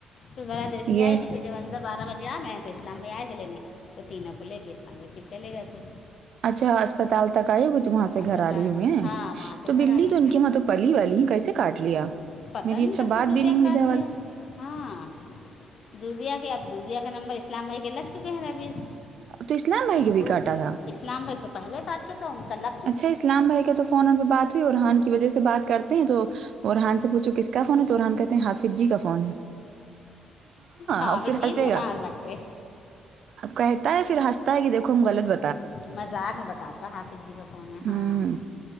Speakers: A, on the left; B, on the right.
A: تو ذرا دیر کے لے
B: یہ
A: ائی تھی پھر جب اندر بارہ بجے آ گئے ہیں تو اسلام بھائی آئے تھے لینے تو تینوں کو لے کے اسلام بھائی پھر چلے گئے تھے
B: اچھا اسپتال تک آئے ہوگے تو وہاں سے
A: اسپتال
B: گھر آگئے ہوئے ہیں
A: ہاں وہاں سے
B: تو
A: گھر
B: بلی
A: آ گئی
B: تو ان
A: تھی
B: کی وہاں تو پلی والی ہے کیسے کاٹ لیا
A: پتہ
B: میری
A: نہیں
B: اچھا
A: کیسے
B: بات
A: زوبیا
B: بھی نہیں ہوئی
A: کاٹ
B: ادھر
A: لیا ہاں زبیا کے آپ زوبیا کا نمبر اس اسلام بھائی کے لگ چکے ہیں ربز
B: تو اسلام بھائی کے بھی
A: ذوبی
B: کاٹا تھا
A: اسلام بھاںی تو پہلے پٹ چکا ہوں ان کا اللہ
B: اچھا اسلام بھائی کا تو فونو پہ بات ہوئی اور ارہان کی وجہ سے بات کرتے ہیں تو ارحان سے پوچھو کس کا فون ہے تو اورحان کہتے ہیں حافظ جی کا فون ہے
A: ہاں
B: اور
A: میں
B: پھر
A: جینس
B: ہنسے گا
A: باہر لگتاہے
B: کہتا ہے پھر ہنستا ہے کہ دیکو ہم غلط ب
A: مذاق میں بتاتا حافظ جی کا فون
B: ہوں
A: ہاں